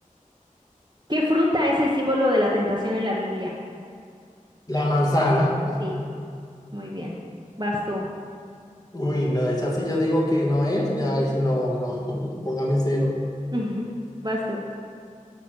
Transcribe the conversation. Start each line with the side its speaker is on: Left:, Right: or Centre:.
Right: ¿Qué fruta es el símbolo de la tentación en la Biblia?
Left: La manzana.
Right: Sí, muy bien. Vas tú.
Left: Uy, no, esa sí yo digo que no es, ya ahí sí no, no, <laughs> póngame cero.
Right: <laughs> Vas tú.